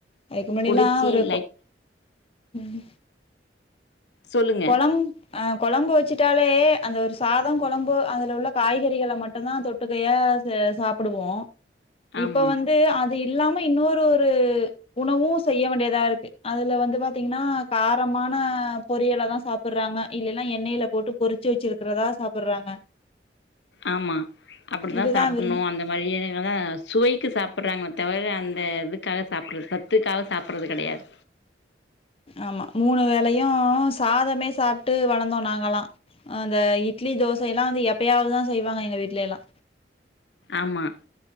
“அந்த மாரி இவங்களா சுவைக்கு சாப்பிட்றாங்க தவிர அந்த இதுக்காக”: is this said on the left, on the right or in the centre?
Left